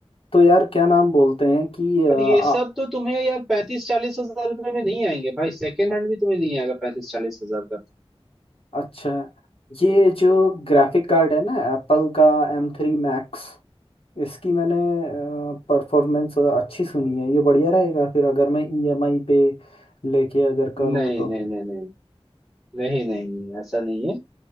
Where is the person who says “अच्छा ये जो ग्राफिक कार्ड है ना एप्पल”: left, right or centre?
Left